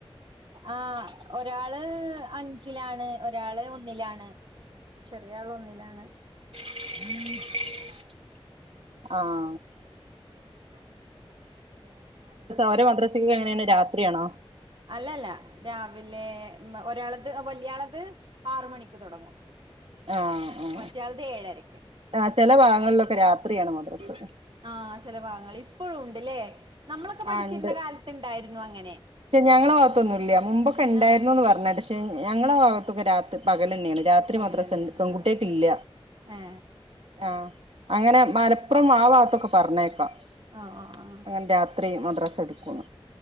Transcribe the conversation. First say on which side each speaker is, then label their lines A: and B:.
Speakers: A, on the right (about 60°); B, on the right (about 80°).
A: ആഹ് ഒരാള് അഞ്ച് അഞ്ചിലാണ് ഒരാള് ഒന്നിലാണ് ചെറിയ ആൾ ഒന്നിലാണ്
B: <inaudible> ആഹ്
A: മ്
B: ഔടെ മദ്രസക്കെ എങ്ങനെയാണ് രാത്രിയാണോ
A: അല്ലല്ല രാവിലെ ഒരാളത് വലിയാളത് ആറ് മണിക്ക് തുടങ്ങും
B: ആഹ്
A: മറ്റേയാളത് ഏഴരക്ക്
B: ആഹ് ചെല ഭാഗങ്ങളിലൊക്കെ രാത്രിയാണ് മദ്രസ്
A: ആഹ് ചെല ഭാഗങ്ങൾ ഇപ്പോഴും ഉണ്ട്ല്ലേ നമ്മളൊക്കെ
B: ആ
A: പഠിച്ചിരുന്ന
B: ഉണ്ട്
A: കാലത്ത്ണ്ടായിരുന്നു അങ്ങനെ
B: പക്ഷെ ഞങ്ങളെ ഭാഗത്തൊന്നും ഇല്ല മുമ്പൊക്കെ ഉണ്ടായിരുന്നുന്ന്
A: ആ
B: പറഞ്ഞ പക്ഷേ ഞങ്ങളുടെ ഭാഗത്തൊക്കെ രാത്രിയല്ല പകലാ പകലെന്നേണ് രാത്രി
A: പകലന്നെ
B: മദ്രസ ണ്ട് പെൺകുട്ട്യോക്ക്
A: ആ
B: ഇല്ല
A: ആ. ഏ
B: ആഹ അങ്ങനെ മലപ്പുറം ആ വാത്തൊക്കെ പറഞ്ഞേക്ക പ്പ
A: ഓ ഓ ഓ.
B: അങ്ങനെ രാത്രി മദ്രാസ ഇട്ക്കുന്ന്